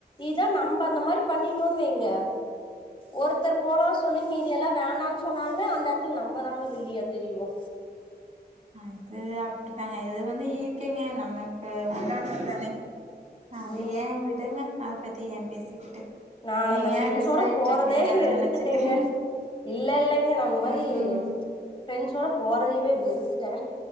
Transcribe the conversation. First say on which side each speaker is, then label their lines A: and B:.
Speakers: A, on the left; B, on the right.
A: இதா நம்ப அந்த மாரி பண்ணிட்டோன் வைங்க ஒருத்தர் போலான் சொல்லி மீதியெல்லா வேண்டான் சொன்னாலுமே அந்த எடத்துல நம்பதாங்க வில்லியா தெரிவோ
B: அது அப்டிதாங்க இது வந்து இயர்க்கேங்க நமக்கு உண்டானதானே அது
A: ம்
B: ஏ விடுங்க அதபத்தி ஏன் பேசிக்கிட்டு
A: நான்
B: நீங்க
A: அந்த ஃப்ரெண்ஸோட
B: ஏன் ரெஸ் ஆயிட்டு
A: போறதே
B: இருக்கீங்க அத
A: வெறுத்துட்டேங்க
B: நெனச்சிட்டு
A: இல்ல இல்லைங்க நா அந்த மாரி
B: ம் ம்
A: ஃப்ரெண்ஸோட போறதையவே வெறுத்துட்டே